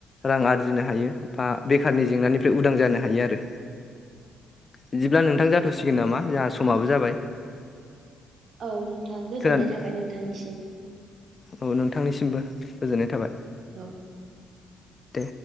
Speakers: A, on the left; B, on the right.
A: रां आरजिनो हायो बा बेखारनि जेंनानिफ्राय उदां जानो हायो आरो। बिदिब्ला नोंथां जाथ'सिगोन नामा जोंहा समाबो जाबाय।
B: औ नोंथां गोजोननाय
A: खोनान
B: थाबाय नोंथांनिसिम
A: औ नोंथांनिसिमबो । गोजोननाय थाबाय।
B: औ
A: दे